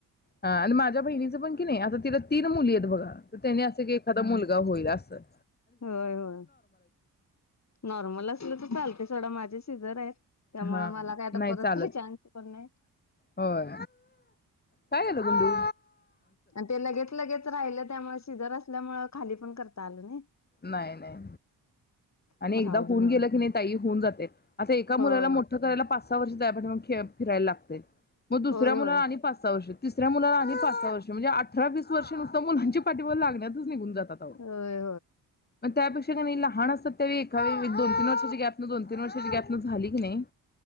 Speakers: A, on the left; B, on the left.
A: हा आणि माझ्या बहिणीचं पण किनी आता तिला तीन मुली आहेत बघा. त्याने असं की एखादा मुलगा होईल असं. चल
B: होय-होय नॉर्मल असल तर चालतंय. थोडं माझे सिझर आहेत. त्यामुळे
A: हा हा
B: मला काय आता
A: नाही
B: परत
A: चालत
B: काही चान्स पण नाही.
A: होय काय झालं गोलू
B: अन ते लगेच लगेच राहिलं, त्यामुळे शिजर असल्यामुळे खाली पण करता आलं नाही.
A: नाही नाही आणि
B: मग
A: एकदा
B: राहू दे
A: होऊन
B: म्हटलं
A: गेलं की नाही ताई होऊन जातय, आता एका
B: होय
A: मुलाला मोठं करायला पाच सहा वर्ष जाया पाहि खेळ फिरायला लागतय! मग दुसऱ्या
B: होय
A: मुलाला
B: होय
A: आणि पाच सहा वर्षात तिसऱ्या मुलाला आणि पाच सा वर्ष म्हणजे अठरा वीस वर्ष नुसत मुलांच्या पाठीमाग लागण्यात इथंच निघून जातता अहो
B: होय
A: म त्यापेक्षा ते कनी लहान असत्यात त्या एकावेळी दोन तीन वर्षाचा गॅपन दोन तीन वर्षाचा गॅपन झाली की नाही